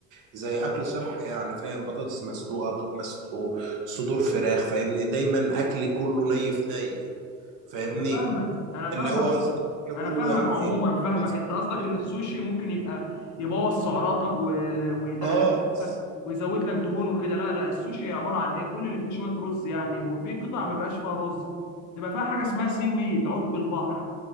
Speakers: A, on the right; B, on the left.
A: زي اكل صحي يعني فاهم بطاطس مسلوقه بيض مسلوق صدور فراخ فاهمني دايما اكل كله ني في ني فاهمني
B: انا فاهمك انا فاهمك
A: اللي هو قصدي اكل كله
B: انا فاهمك
A: يعني
B: عموما فاهمك
A: مسلوق في
B: انت قصدك
A: مسلوق.
B: ان السوشي ممكن يبقى يبوظ سعراتك و... ويدخلك
A: اه بز...
B: بقى ويزود لك دهون وكده لا لا السوشي عباره عن ايه كل اللي فيه شويه رز يعني وفي قطع ما بيبقاش فيها رز تبقى فيها حاجه اسمها سي ويد عشب البحر